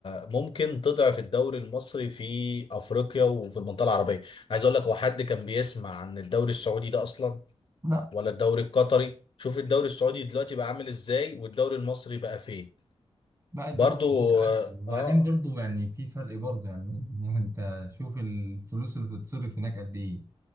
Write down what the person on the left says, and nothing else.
ممكن تضعف الدوري المصري في أفريقيا وفي المنطقة العربية عايز أقول لك هو حد كان بيسمع عن الدوري السعودي ده أصلا
ولا الدوري القطري شوف الدوري السعودي دلوقتي بقى عامل إزاي والدوري المصري بقى فين
برضو
آه
آه،